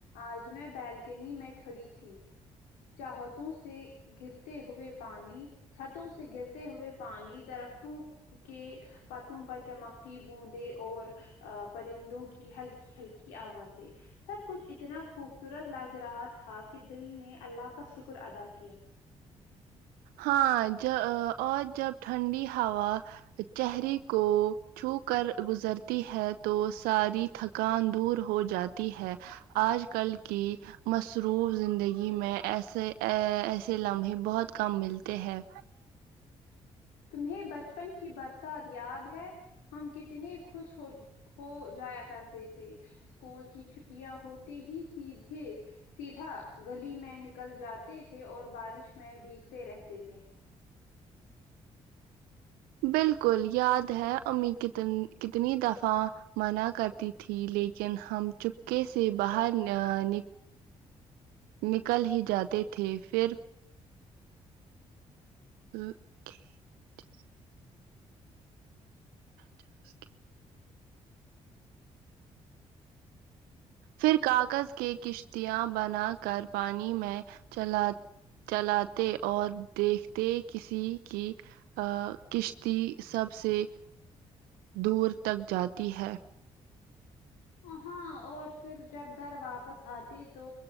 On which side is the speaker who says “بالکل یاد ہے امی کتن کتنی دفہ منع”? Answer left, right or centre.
Right